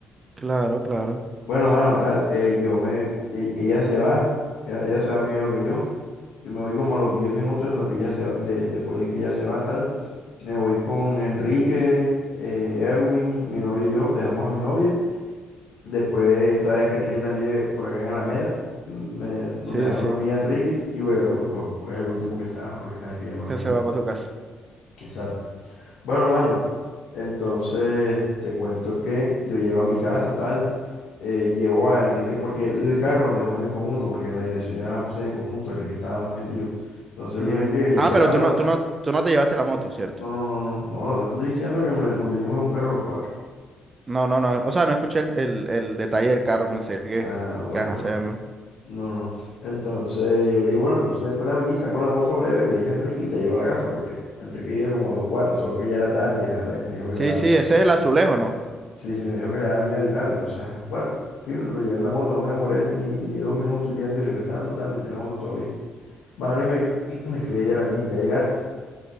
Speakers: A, on the right; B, on the left.
A: claro, claro.
B: Bueno, mano, tal, eh, yo me, e- ella se va, ella, ella se va primero que yo. Yo me voy como a los 10 minutos en lo que ella se va, de, después de que ella se va, tal. Me voy con Enrique, eh, Erwin, mi novia y yo, dejamos a mi novia. Después, sabes que Enrique también vive por acá en Alameda, m- me, nos
A: Sí,
B: dejaron
A: sí,
B: a mí y a Enrique, y bueno, Erwin pues fue el último que se baja porque es el que ya más
A: que
B: lejito.
A: se va para tu casa.
B: Exacto. Bueno, mano, entonces, te cuento que yo llego a mi casa, tal, eh, llevo a Enrique, porque el carro nos dejó en el conjunto, porque en la dirección ya nada más puse en el conjunto, Enrique estaba metido. Entonces yo
A: Mm,
B: le dije a Enrique que yo
A: ah,
B: sacara
A: pero tú
B: la...
A: no, tú no, tú no te llevaste la moto, ¿cierto?
B: No, no, no, no, no, no, te estoy diciendo que me- nos vinimos en un carro los cuatro.
A: No, no, no. O sea, no escuché el, el, el detalle del carro, pensé que,
B: Ah, bueno,
A: que ajá,
B: bueno,
A: se llama.
B: no, no, no. Entonces yo le dije, bueno, entonces espérame aquí, saco la moto breve, le dije a Enrique y te llevo a la casa, porque Enrique iba como a dos cuadras, solo que ya era tarde, ajá, le- me dijo que
A: Sí,
B: le daba
A: sí,
B: miedo.
A: ese es el azulejo, ¿no?
B: Sí, sí, me dijo que le daba miedo y tal. Entonces, ah, bueno, en fin, lo llevé en la moto, no me demoré ni, ni dos minutos yendo y regresando, tal, metí la moto, todo bien. Mano, y me, <clears throat> me escribía Geraldine, ¿ya llegaste?